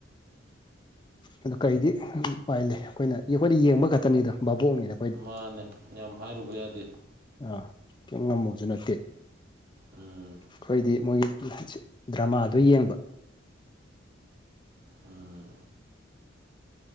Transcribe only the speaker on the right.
ꯃꯥꯅꯦ ꯌꯥꯝ ꯍꯥꯏꯔꯨꯕ ꯌꯥꯗꯦ
ꯎꯝ
ꯎꯝ